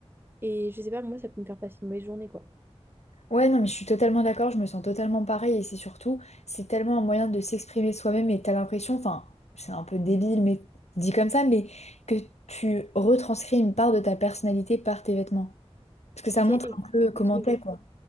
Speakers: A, on the right (about 20°); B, on the left (about 75°).
A: Et je sais pas, moi, ça peut me faire passer une mauvaise journée, quoi.
B: Ouais, non, mais je suis totalement d'accord, je me sens totalement pareil et c'est surtout, c'est tellement un moyen de s'exprimer soi-même et t'as l'impression, enfin, c'est un peu débile, mais dit comme ça, mais que tu retranscris une part de ta personnalité par tes vêtements. Parce que ça
A: C'est
B: montre
A: exactement
B: un peu comment
A: ce que
B: t'es,
A: j'ai.
B: quoi.